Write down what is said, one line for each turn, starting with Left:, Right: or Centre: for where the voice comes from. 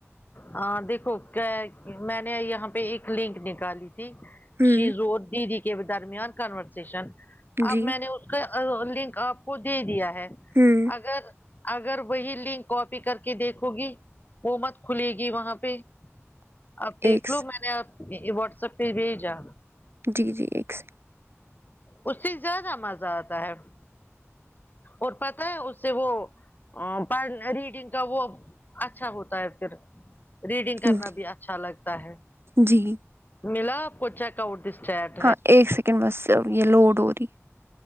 Left: ہاں دیکھو کیا میں نے یہاں پہ ایک لنک نکالی تھی
Right: ہوں
Left: شیز دیدی کے درمیان کانورسشن
Right: جی
Left: اب میں نے اس کا لنک آپ کو دے دیا ہے
Right: ہوں
Left: اگر اگر وہی لنک کاپی کر کے دیکھو گی وہ مت کھلے گی وہاں پہ اپ دیکھ
Right: ایک
Left: لو میں نے آپ یہ واٹس ایپ پہ بھیجا
Right: جی جی ایک س
Left: اس سے زیادہ مزہ آتا ہے اور پتہ ہے اس سے وہ ا ریڈنگ کا وہ اچھا ہوتا ہے پھر ریڈنگ
Right: سیکنڈ
Left: کرنا بھی اچھا لگتا ہے
Right: جی
Left: ملا آپ کو چیک آؤٹ دس چیڈ
Right: ہاں ایک سیکنڈ بس یہ لوڈ ہو رہی